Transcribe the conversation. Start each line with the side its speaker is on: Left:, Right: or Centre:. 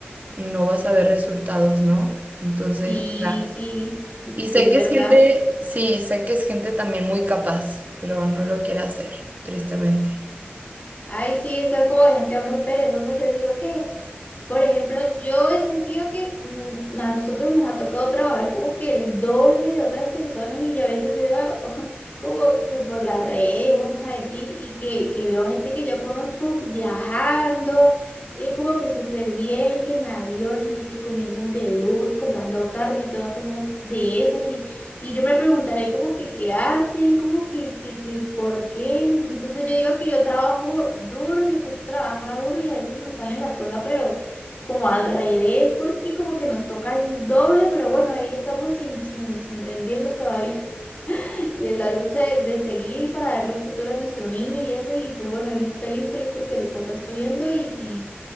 Right: no vas a ver resultados, ¿no? Entonces,
Left: Sí,
Right: Claro.
Left: sí, <laughs>
Right: y sé
Left: sí, es
Right: que
Left: verdad.
Right: es gente, sí, sé que es gente también muy capaz, pero no lo quiere hacer, tristemente.
Left: Ay, sí, eso es como gente muy perezosa. Yo digo que, Por ejemplo, yo he sentido que mm, a nosotros nos ha tocado trabajar como que el doble de otras personas y yo a veces veo a- <laughs> como que por las redes, vamos a decir, y que, que veo gente que yo conozco viajando, eh, como que súper bien, que en aviones y que comiendo de lujo, que comprando carros y todas cosas de esas. Y, y yo me preguntaré como que qué hacen, como que, que, que por qué. Entonces yo digo que yo trabajo duro, mi esposo trabaja duro y a veces nos salen las cosas, pero como al revés, porque como que nos toca el doble, pero bueno, ahí estamos sin, sin, sin rendirnos todavía. <laughs> Y en la lucha de, de seguir y para darle un futuro a nuestro niño y eso, y pues bueno, él feliz, feliz porque ahorita está estudiando y, y,